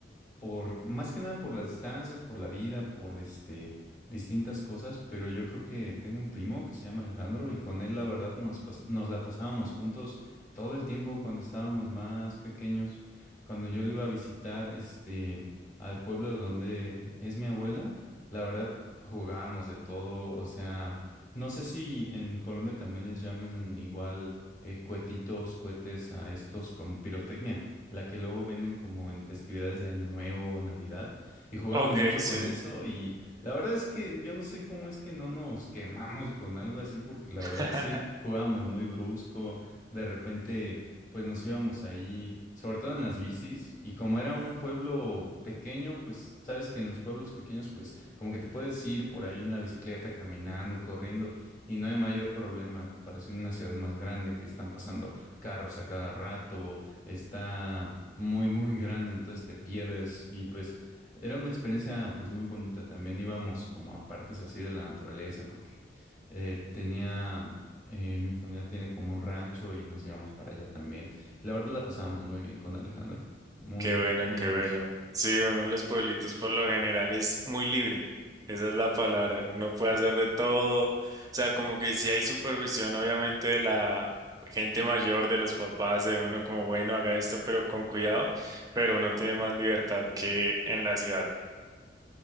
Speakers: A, on the left (about 40°); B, on the right (about 20°).
A: por más que nada por las distancias, por la vida, por este distintas cosas, pero yo creo que tengo un primo que se llama Alejandro y con él la verdad nos, pas- nos la pasábamos juntos todo el tiempo cuando estábamos más pequeños. Cuando yo lo iba a visitar este al pueblo donde es mi abuela, la verdad jugábamos de todo, o sea, no sé si en Colombia también les llamen igual eh, cuetitos, cohetes a estos como pirotecnia la que luego venden como en festividades de Año Nuevo o Navidad, y jugábamos
B: Ok,
A: mucho
B: sí.
A: con eso y la verdad es que yo no sé cómo es que no nos quemamos con algo así, porque la
B: <laughs>
A: verdad sí jugábamos muy brusco, de repente pues nos íbamos ahí, sobre todo en las bicis, y como era un pueblo pequeño, pues sabes que en los pueblos pequeños pues como que te puedes ir por ahí en la bicicleta, caminando, corriendo, y no hay mayor problema a comparación de una ciudad más grande que están pasando carros a cada rato está muy, muy grande, entonces te pierdes y pues era una experiencia pues muy bonita. También íbamos como a partes así de la naturaleza porque eh, tenía, eh, mi familia tiene como un rancho y nos íbamos para allá también. Y la verdad la pasábamos muy bien con Alejandro, muy,
B: Qué bueno,
A: muy
B: qué
A: a gusto.
B: bueno. Sí, uno en los pueblitos por lo general es muy libre. Esa es la palabra. Uno puede hacer de todo. O sea, como que sí hay supervisión, obviamente, de la gente mayor, de los papás, de uno como, bueno, haga esto, pero con cuidado. Pero uno tiene más libertad que en la ciudad.